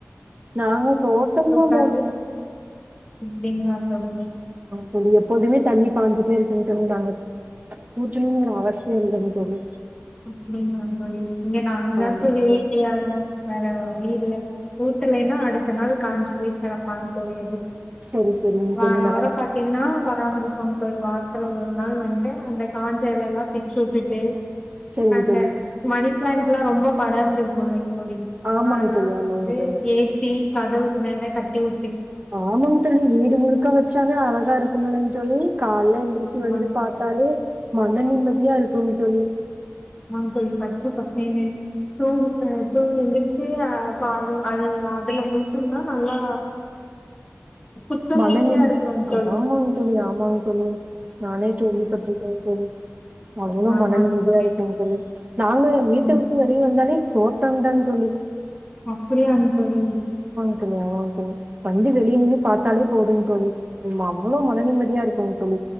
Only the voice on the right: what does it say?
நாங்க தோட்டம் தான்
தோலி எப்போதுமே தண்ணி பாஞ்சிட்டே இருக்குங்க <unintelligible> பூச்சணங்க ஒரு அவசியம் இல்லை தோழி
ஆமாங்க
தோழி
சரி சரிங்க
தோழி நா
சரிங்க
தோழி
ஆமாங்க
தோழி
ஆமாங்க தோழி
ஆமாங்க தோழி வீடு முழுக்க வச்சாவே அழகா இருக்கும்லங்க தோழி கால்ல எந்திரிச்சு
வந்து பார்த்தாலே
மன நிம்மதியா இருக்குங்க தோழி
மணநில்
ஆமாங்க தோழி ஆமாங்க தோழி நானே கேள்வி பட்டுருக்கேன் தோழி அவ்ளொ
மன நிம்மதியா
இருக்குங்க தோழி நாங்க வீட்ட
விட்டு வெளிய வந்தாலே தோட்டம் தாங்க தோழி
க தோழி ஆமாங்க தோழி வந்து வெளிய நின்னு பாத்தாலே போதுங் தோழி அவ்ளொ மன நிம்மதியா இருக்குங் தோழி